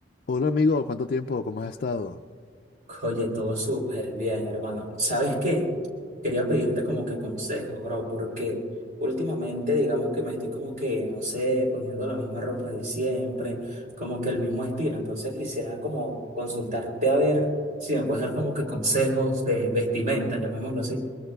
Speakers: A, on the left; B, on the right.
A: Hola amigo, ¿cuánto tiempo? ¿Cómo has estado?
B: Oye, todo súper bien, hermano. ¿Sabes qué? Quería pedirte como que consejos, bro, porque últimamente digamos que me estoy como que, no sé, poniendo la misma ropa de siempre, como que el mismo estilo. Entonces quisiera como consultarte a ver si me puedes dar como que consejos de vestimenta, llamémoslo así.